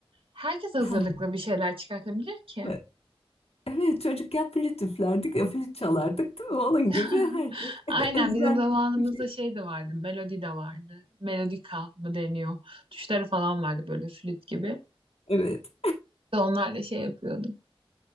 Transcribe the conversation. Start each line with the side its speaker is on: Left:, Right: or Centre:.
Right: herkes hazırlıklı
Left: Ha,
Right: bir şeyler çıkartabilir ki.
Left: evet, Evet, çocukken flüt üflerdik, e, flüt çalardık değil mi? Onun
Right: <laughs>
Left: gibi herkes <laughs>
Right: Aynen
Left: ezberledik
Right: bizim zamanımızda
Left: bir şey.
Right: şey de vardı, melodi de vardı. Melodika mı deniyor? Tuşları falan vardı böyle flüt gibi.
Left: Evet,
Right: Ve Onlarla şey yapıyordum.